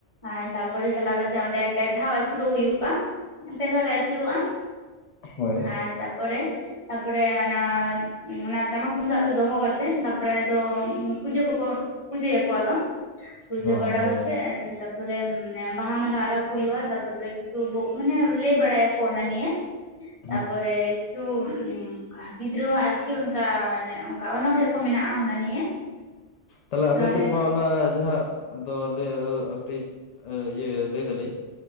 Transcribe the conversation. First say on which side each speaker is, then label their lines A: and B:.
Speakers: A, on the left (about 25°); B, on the left (about 65°).
A: ᱦᱟᱸ ᱛᱟᱯᱚᱨᱮ ᱪᱟᱞᱟᱣ ᱠᱟᱛᱮᱜ, ᱚᱸᱰᱮ ᱯᱮ ᱫᱷᱟᱣ ᱟᱹᱪᱩᱨᱚᱜ ᱦᱩᱭᱩᱜᱼᱟ᱾ ᱯᱮ ᱫᱷᱟᱣ ᱞᱮ ᱟᱹᱪᱩᱨᱚᱜᱼᱟ
B: ᱦᱳᱭ
A: ᱟᱨ ᱛᱟᱯᱚᱨᱮ, ᱛᱟᱯᱚᱨᱮ ᱟᱱᱟ ᱩᱸ ᱚᱱᱟ ᱴᱟᱢᱟᱠ ᱛᱩᱱᱫᱟᱜ ᱫᱚ ᱫᱚᱦᱚ ᱠᱟᱛᱮᱺᱜ ᱛᱟᱯᱨᱮ ᱟᱫᱚ ᱯᱩᱡᱟᱹ ᱠᱚᱠᱚ ᱯᱩᱡᱟᱹᱭᱟᱠᱚ ᱟᱫᱚ, ᱯᱩᱡᱟᱹ
B: ᱦᱮᱸ
A: ᱵᱟᱲᱟ
B: ᱦᱳᱭ
A: ᱠᱟᱛᱮᱜ ᱮᱱ ᱛᱟᱯ ᱯᱚᱨᱮᱢ ᱢᱮ ᱵᱟᱦᱟ ᱢᱟᱞᱟ ᱟᱨᱟᱣ ᱠᱚ ᱭᱩᱜᱼᱟ, ᱛᱟᱯᱚᱨᱮ ᱠᱤᱪᱷᱩ ᱵᱩᱜ ᱢᱟᱱᱮ ᱞᱟᱹᱭ ᱵᱟᱲᱟᱭᱟᱠᱚ ᱚᱱᱟ ᱱᱤᱭᱮ᱾
B: <inaudible>
A: ᱛᱟᱯᱚᱨᱮ ᱪᱩᱼᱢ ᱩᱸ ᱠᱟ ᱜᱤᱫᱽᱨᱟᱹ ᱣᱟᱜ ᱟᱨᱠᱤ ᱚᱱᱠᱟ, ᱱᱮ ᱚᱝᱠᱟ ᱚᱱᱚᱬᱦᱮ ᱠᱚ ᱢᱮᱱᱟᱜᱼᱟ, ᱚᱱᱟ ᱱᱤᱭᱮ᱾
B: ᱛᱟᱞᱮ ᱟᱯᱮ
A: ᱚᱱᱚᱬᱦᱮᱸ
B: ᱥᱮᱫ ᱢᱟ ᱚᱱᱟ ᱡᱟᱦᱟ ᱟᱫᱚ ᱞᱟᱹᱭᱟ ᱠᱟᱴᱤᱡ, ᱟ ᱤᱭᱟᱹ ᱞᱟᱹᱭ ᱫᱟᱞᱤᱧ